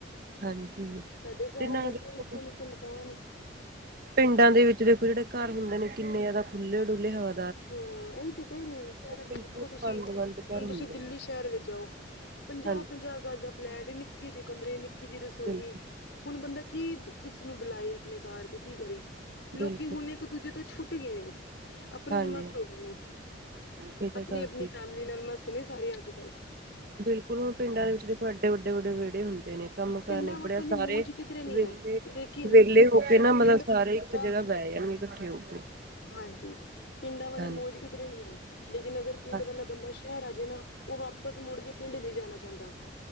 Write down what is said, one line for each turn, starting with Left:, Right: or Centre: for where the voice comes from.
Right: ਹਾਂਜੀ
Left: ਸਾਡੇ ਸ਼ਹਿਰਾਂ
Right: ਤੇ ਨਾਲ
Left: ਵਿਚ
Right: ਦੇਖੋ
Left: ਨਿੱਕੇ-ਨਿੱਕੇ ਮਕਾਨ।
Right: ਪਿੰਡਾਂ ਦੇ ਵਿੱਚ ਦੇਖੋ ਜੇੜੇ ਘਰ ਹੁੰਦੇ ਨੇ ਕਿੰਨੇ ਜ਼ਿਆਦਾ ਖੁੱਲ੍ਹੇ ਡੁੱਲੇ ਹਵਾ
Left: ਹੂੰ ਏਈ ਤੇ ਕਹਿ ਰੀ ਆ, ਸ਼ਹਿਰਾ ਚ
Right: ਬਿਲਕੁਲ
Left: ਦੇਖੋ ਤੁਸੀਂ
Right: ਬੰਦ ਬੰਦ ਘਰ
Left: ਹੁਣ
Right: ਹੁੰਦੇ
Left: ਤੁਸੀਂ ਦਿੱਲੀ
Right: ਨੇ
Left: ਸ਼ਹਿਰ ਵਿੱਚ ਜਾਓ। ਪੰਜਾਹ-ਪੰਜਾਹ
Right: ਹਾਂਜੀ
Left: ਗਜ ਦਾ ਫਲੈਟ ਏ ਨਿਕੇ ਜੇ ਕਮਰੇ ਨਿੱਕੀ ਜੀ ਰਸੋਈ।
Right: ਬਿਲਕੁਲ
Left: ਹੁਣ ਬੰਦਾ ਕੀ ਦੂ ਕਿਸੇ ਨੂੰ ਬੁਲਾਏ ਆਪਣੇ ਘਰ ਤੇ ਕੀ ਕਰੇ। ਲੋਕੀ
Right: ਬਿਲਕੁਲ
Left: ਹੁਣ ਏਕ ਦੂਜੇ ਤੋਂ ਛੁੱਟ ਗਏ ਨੇ। ਅਪਣੇ
Right: ਹਾਂਜੀ
Left: ਚ ਮਸਤ ਹੋ ਗਏ ਨੇ
Right: ਹਾਂਜੀ ਇਹ ਤਾਂ
Left: ਅਪਣੀ-ਅਪਣੀ
Right: ਗੱਲ ਸੀ
Left: ਫੈਮਲੀ ਨਾਲ ਮਸਤ ਨੇ ਸਾਰੇ ਅੱਜ ਕੱਲ।
Right: ਬਿਲਕੁਲ ਹੁਣ ਪਿੰਡਾਂ ਦੇ ਵਿਚ ਦੇਖੋ ਏਡੇ ਵੱਡੇ ਵਡੇ ਵਿਹੜੇ ਹੁੰਦ ਤੇ ਨੇ ਕੰਮ ਕਾਰ
Left: ਪਿੰਡਾਂ
Right: ਨੇ
Left: ਵੱਕਣ
Right: ਬੜੇ
Left: ਦੀ
Right: ਸਾਰੇ
Left: ਮੌਜ ਕਿਧਰੇ ਨੀ
Right: ਵੇਲੇ
Left: ਹੈ ਲੇਕਿਨ
Right: ਵੇਲੇ
Left: ਜਿਹੜਾ
Right: ਹੋ ਕੇ ਨਾ ਮਤਲਬ
Left: ਪਿੰਡ ਵਾਲਾ
Right: ਸਾਰੇ
Left: ਬੰਦਾ
Right: ਇੱਕ ਜਗ੍ਹਾ ਪੈ ਯਾਂਗੇ ਕੱਠੇ ਹੋ ਕੇ।
Left: ਹਾਂਜੀ ਪਿੰਡਾਂ ਵਾਲੀ
Right: ਹਾਂਜੀ
Left: ਮੌਜ ਕਿੱਧਰੇ ਨੀ ਐ। ਲੇਕਿਨ ਅਗਰ ਪਿੰਡ
Right: ਹਾਂ
Left: ਵਾਲਾ ਬੰਦਾ ਸ਼ੈਰ ਆ ਜੇ ਨਾ ਉਹ ਵਾਪਸ ਮੁੜ ਕੇ ਪਿੰਡ ਨੀ ਜਾਣਾ ਚਾਹੁੰਦਾ।